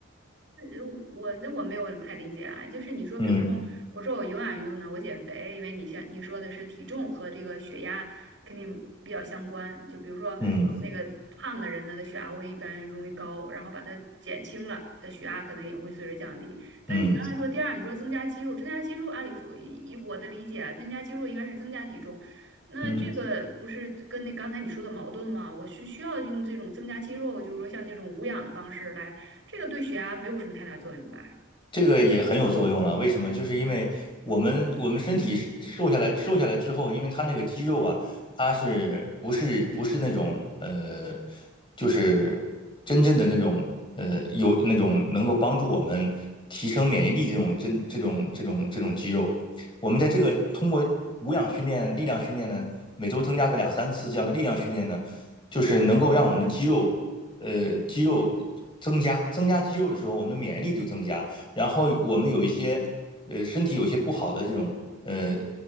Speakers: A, on the right; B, on the left.
A: 呃我那我没有太理解啊，就是你说，比如说，
B: 嗯
A: 我说我有氧运动呢，我减肥，因为你像你说的是体重和这个血压肯定比较相关，就比如说那个胖的人呢，
B: 嗯
A: 他血压会一般容易高，然后把它减轻了，他血压可能也会随着降低。但你刚才说第二，
B: 嗯
A: 你说增加肌肉，增加肌肉，按理说以以我的理解啊，增加肌肉应该是增加体重，那这个不是跟那刚才你说的矛盾吗？
B: 嗯。
A: 我是需要用这种增加肌肉，就是说像那种无氧的方式来。这个对血压没有什么太大作用吧？
B: 这个也很有作用了，为什么？就是因为我们我们身体瘦下来瘦下来之后，因为它那个肌肉啊，它是不是不是那种呃，就是真正的那种呃有那种能够帮助我们提升免疫力这种真这种这种这种肌肉，我们在这个通过无氧训练、力量训练呢，每周增加个两三次这样的力量训练呢，就是能够让我们的肌肉呃肌肉增加，增加肌肉的时候，我们的免疫力就增加。然后我们有一些呃身体有些不好的这种呃